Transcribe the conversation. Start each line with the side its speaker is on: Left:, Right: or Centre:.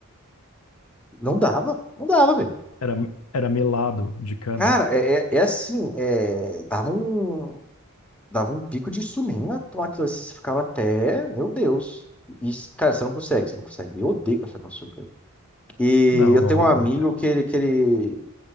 Centre: Não dava, não dava, velho.
Left: Era, era melado de cana?
Centre: Cara, é, é, é assim, é, dava um, dava um pico de insulina tomar aquilo assim, você ficava até, meu Deus. isso cara, você não consegue, você não consegue. Eu odeio café com açúcar. E
Left: Não,
Centre: eu
Left: não
Centre: tenho
Left: rola,
Centre: um amigo
Left: né, cara?
Centre: que ele, que ele,